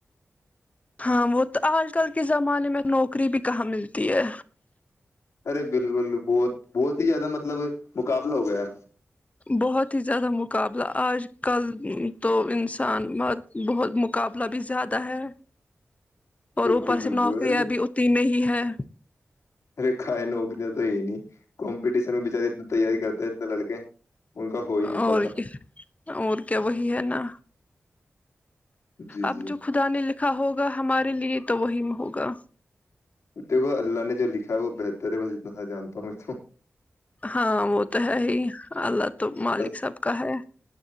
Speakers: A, on the left; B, on the left.
A: ہاں وہ تو آج کل کے زمانے میں نوکری بھی کہاں ملتی ہے
B: ارے بالکل بہت بہت ہی زیادہ مطلب مقابلہ ہو گیا
A: بہت ہی زیادہ مقابلہ آج کل تو انسان بہت مقابلہ بھی زیادہ ہے اور
B: بالکل
A: اوپر سے
B: بالکل
A: نوکریاں
B: ارے
A: بھی اتنی نہیں ہے
B: ارے کھائے نوکنے تو ہی نہیں کمپٹیشن میں بچارے ات تیاری کرتے ہیں اتنے لڑکے کا ہو ہی نہیں پاتا
A: اور اور کیا وہی ہے نا
B: جی جی
A: اب جو خدا نے لکھا ہوگا ہمارے لیجیے تو وہی میں ہوگا
B: دیکھو اللہ نے جو لکھا ہے وہ بہتر ہے بس اتنا سا جانتا ہوں میں ت
A: ہاں وہ تو ہے ہی اللہ تو مالک
B: بس
A: سب کا ہے